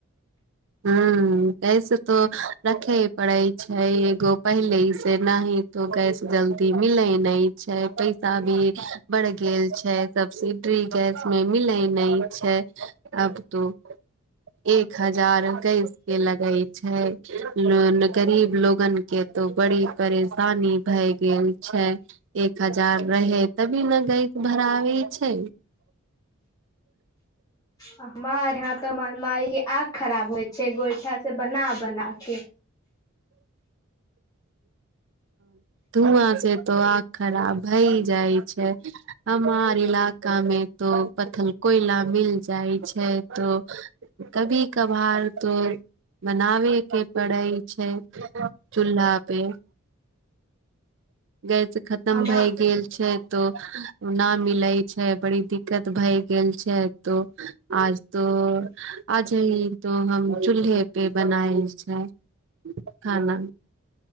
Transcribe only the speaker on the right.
ह कैसे तऽ रखे करै छै एगो पहिले से न तो गैस जल्दी मिलैत नहि छै पैसा भी बढ़ गेल छै सब्सिडी गैस मे मिलै नहि छै अब तो एक हजार गैस के लगै छै लोन गरीब लोगने तो बड़ी परेशानी भए गेल छै एक हजार रहै तभी ने गैस भराबै छै
धुआँ से तो आग खराब हई जाइ छै हमार इलाका मे तो पत्थल कोयला मिल जाइ छै तो कभी कभार तो बनाबे के पड़ै छै छै चूल्हा आे गैस खतम
भए गेल छै तो न मिलै छै बड़ी दिक्कत भय गेल छै तो आज तो आज ही तो हम चूल्हे पे बनायल छै खाना